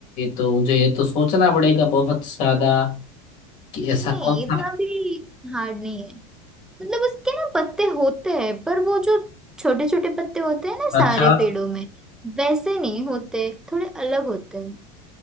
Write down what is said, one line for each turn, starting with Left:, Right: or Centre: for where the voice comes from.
Left: तो मुझे ये तो सोचना पड़ेगा बहुत ज्यादा कि ऐसा
Centre: नहीं
Left: कौन सा
Centre: इतना भी हार्ड नहीं है मतलब उसके ना पत्ते होते हैं पर वो जो छोटे छोटे पत्ते होते हैं ना सारे
Left: अच्छा
Centre: पेड़ों में वैसे नहीं होते थोड़े अलग होते हैं